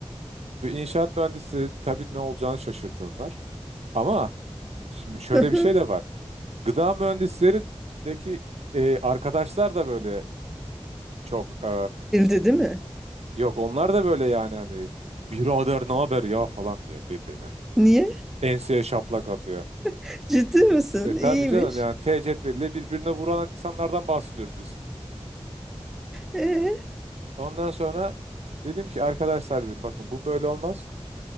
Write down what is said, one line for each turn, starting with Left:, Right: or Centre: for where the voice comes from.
Right: Bir inşaat mühendisi tabii ne olacağını şaşırtınlar. Ama şimdi şöyle
Centre: <laughs>
Right: bir şey de var. Gıda mühendislerindeki e, arkadaşlar da böyle çok e,
Centre: Gerildi değil mi?
Right: yok onlar da böyle yani hani birader ne haber ya falan diyor birbirine.
Centre: Niye?
Right: Enseye şaplak atıyor.
Centre: <laughs> Ciddi misin?
Right: E tabii
Centre: İyiymiş.
Right: canım yani T cetveliyle birbirine vuran insanlardan bahsediyoruz biz.
Centre: <laughs> Ee?
Right: Ondan sonra dedim ki arkadaşlar dedim bakın bu böyle olmaz.